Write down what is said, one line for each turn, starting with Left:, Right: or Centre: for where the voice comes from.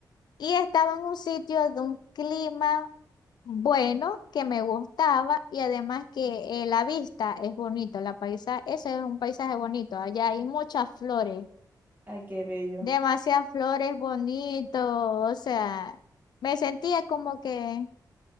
Left: Y estaba en un sitio de un clima bueno, que me gustaba y además que eh, la vista es bonito, la paisa, ese es un paisaje bonito, allá hay muchas flores,
Right: Ay, qué bello.
Left: demasiadas flores bonitos, o sea, me sentía como que